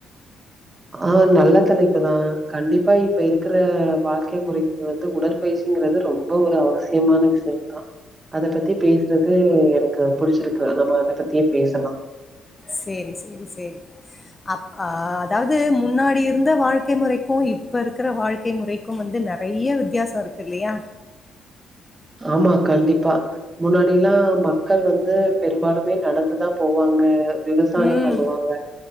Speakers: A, on the right; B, on the left.
A: ஆ நல்ல தலைப்பு தா கண்டிப்பா இப்ப இருக்கற வாழ்க்கை முறைக்கு வந்து உடற் பயிற்சிங்கறது ரொம்ப ஒரு அவசியமான விஷ்ய தா அத பத்தி பேசறது எனக்கு புடிச்சிருக்கு நம்ம அத பத்தியே பேசலா
B: சேரி சேரி சேரி அப் அ அதாவது முன்னாடி இருந்த வாழ்க்கை முறைக்கு இப்ப இருக்கற வாழ்க்கை முறை கு வந்து நெறைய வித்யாசோ இருக்கு இல்லையா
A: ஆமா கண்டிப்பா முன்னாடில்லா மக்கள் வந்து பெரும்பாலுமே நடந்து தா போவாங்க விவசாயம்
B: ம்.
A: பண்ணுவாங்க